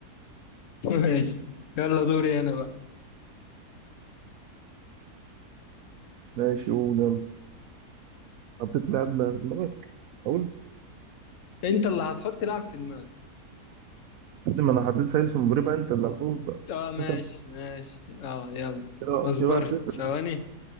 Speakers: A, on the left; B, on the right.
A: <laughs> ماشي يلا دوري انا بقى
B: ماشي قول يلا حطيت لاعب ما في دماغك اقول
A: انت اللي هتحط لاعب في دماغك
B: كده ما انا حطيت سعيد سومبري بقى انت اللي هتقول بقى
A: اه ماشي
B: انت
A: ماشي اه يلا
B: كده
A: اصبر
B: كده واحد
A: ثواني
B: صفر ليه؟